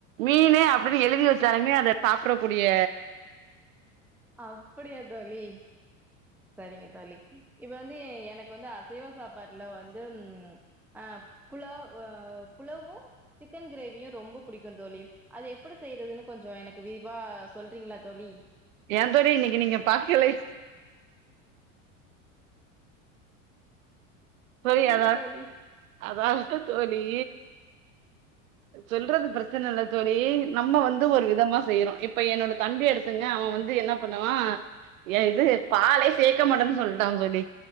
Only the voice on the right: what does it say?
மீன் அப்டினு எழுதி வச்சாலுமே அதை சாப்பிடக்கூடிய
ஏயா தோழி இன்னிக்கி நீங்க பாக்குலை தோழி
அதாது
அதாது தோழி சொல்றது பிரச்சன இல்ல தோழி நம்ம வந்து ஒரு விதமா செய்யறோ இப்போ என்னோட தம்பி எடுத்து துங்க அவே வந்து என்ன பண்ணுவா ஏ இது பாலைய சேக்க மாட்டான்னு சொல்லிட்டான் தோழி